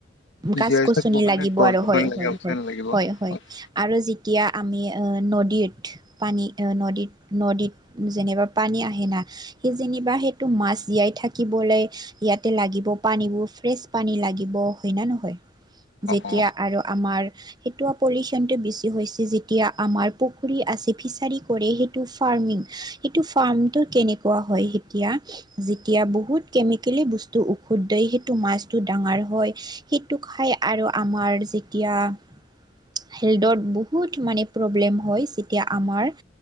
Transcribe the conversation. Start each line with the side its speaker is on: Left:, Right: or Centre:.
Right: গছ-গছনি
Left: জীয়াই থাকিব কাৰণে
Right: লাগিব
Left: গছ
Right: আৰু
Left: গছনি
Right: হয়-হয়-হয়-হয়-হয়।
Left: লাগে অক্সিজেন লাগিব অ
Right: <unintelligible> আৰু যেতিয়া আমি <unintelligible> নদীত পানী <unintelligible> নদীত-নদীত যেনেবা পানী আহে না সি যেনিবা সেইটো মাছ জীয়াই থাকিবলৈ <unintelligible> ইয়াতে লাগিব পানীবোৰ ফ্ৰেচ পানী লাগিব। <unintelligible> হয় না নহয়? যেতিয়া
Left: অ
Right: আৰু আমাৰ <unintelligible> সেইটো <unintelligible> পলিউচনটো বেছি হৈছে যেতিয়া আমাৰ পুখুৰী আছে, ফিছাৰী কৰে সেইটো ফাৰ্মিং। সেইটো ফাৰ্মটো কেনেকুৱা হয় এতিয়া <inaudible> যেতিয়া বহুত কেমিকেলি বস্তু ঔষধ দি সেইটো মাছটো ডাঙৰ হয়। <unintelligible> সেইটো খাই আৰু আমাৰ যেতিয়া <inaudible> হেল্থদত বহুত মানে প্ৰব্লেম হয় যেতিয়া আমাৰ <inaudible>